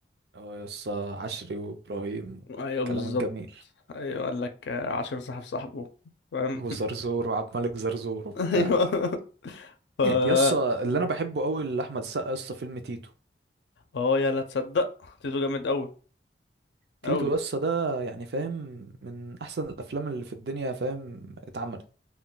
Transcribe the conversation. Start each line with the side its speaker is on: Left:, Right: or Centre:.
Right: اه يسا عشري وإبراهيم
Left: ايوه بالظبط
Right: كلام الجميل
Left: ايوه قال لك آه، عشر صاحب صاحبه فاهم
Right: وزرزور وعبد الملك زرزور وبتاع
Left: <laughs> ايوه ف
Right: يسا اللي أنا بحبه أوي لأحمد السقا يسا فيلم تيتو
Left: اه يا لا تصدق تيتو جامد قوي
Right: تيتو
Left: قوي
Right: يسا ده يعني فاهم من احسن الافلام اللي في الدنيا فاهم اتعملت